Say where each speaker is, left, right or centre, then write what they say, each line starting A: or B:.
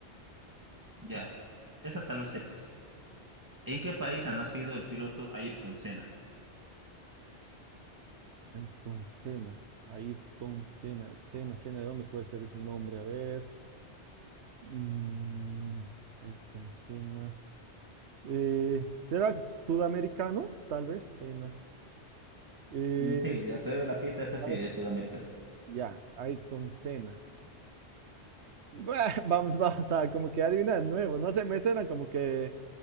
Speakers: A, on the right (about 15°); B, on the right (about 75°).
A: Ya, esa tal vez sepas. ¿En qué país ha nacido el piloto Ayrton Senna?
B: Ayrton Senna, Ayrton Senna, Senna, Senna, ¿de dónde puede ser ese nombre? A ver. mm, Ayrton Senna. Eh, ¿será sudamericano? Tal vez, Senna. Eh,
A: Mm, Sí, ya te doy la pista, esa sí
B: a ver,
A: es sudamericana.
B: ya, Ayrton Senna. Bah, <laughs> Vamos, vamos a como que adivinar nuevo. No sé, me suena como que